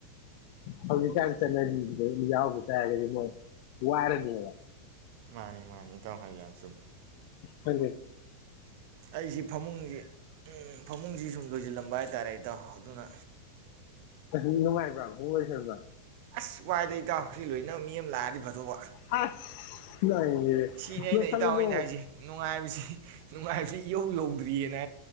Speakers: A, on the left (about 55°); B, on the right (about 55°).
A: ꯍꯧꯗꯤ ꯆꯁ ꯅ ꯌꯥ ꯇꯒ ꯋꯥꯏꯔꯅꯤꯕ
B: ꯃꯥꯅꯤ ꯃꯥꯅꯤ ꯈꯤꯇꯪ ꯍꯥꯏ ꯌꯥꯝ ꯆꯨꯝꯃꯤ
A: ꯍ
B: ꯑꯩꯁꯤ ꯐꯃꯨꯡꯁꯦ ꯎꯝ ꯐꯃꯨꯡꯁꯤ ꯁꯨꯝ ꯂꯣꯏꯁꯤꯜꯂꯝꯕ ꯍꯥꯏꯇꯥꯔꯦ ꯇ ꯑꯗꯨꯅ
A: ꯅꯨꯡꯉꯥꯏꯕ ꯍꯣꯡꯉꯣꯏꯁꯕ
B: ꯑꯁ ꯋꯥꯏꯗꯩ ꯏꯇꯥꯎ ꯍꯧꯖꯤꯛ ꯂꯣꯏꯅ ꯃꯤ ꯑꯃ ꯂꯥꯛꯑꯗꯤ ꯐꯗꯧꯕ
A: ꯑꯁ ꯅꯪꯒꯤꯗꯤ
B: ꯁꯤꯅꯤ
A: ꯂꯣꯏꯁꯜꯂꯨꯅꯨ
B: ꯑꯩꯅ ꯏꯇꯥꯎꯅ ꯍꯥꯏꯁꯦ ꯅꯨꯡꯉꯥꯏꯕꯁꯤ ꯅꯨꯡꯉꯥꯏꯕꯁꯤ ꯏꯍꯧ ꯌꯧꯕ ꯀ꯭ꯔꯤꯌꯦꯅ